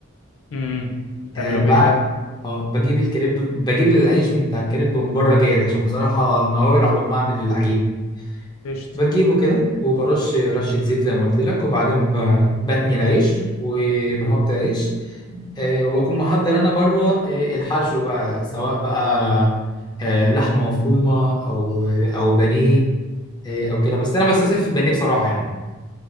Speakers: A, on the left; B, on the left.
A: امم بتعملوا
B: آه بع...
A: بايه بقى
B: اه بجيب الكريب بجيب العيش من بتاع الكريب من بره جاهز عشان بصراحه مهوول عقبال ما اعمل العجينه
A: قشط
B: بجيبه كده وبرش رشة زيت زي ما قلت لك وبعدين ب- بتني العيش وبحط
A: مم.
B: العيش آه، وبكون محضر أنا بره آه، الحشو بقى سواء بقى آه، لحمة مفرومة أو آه، أو بانيه آه، أو كده بس أنا بستسهل في البانيه بصراحة يعني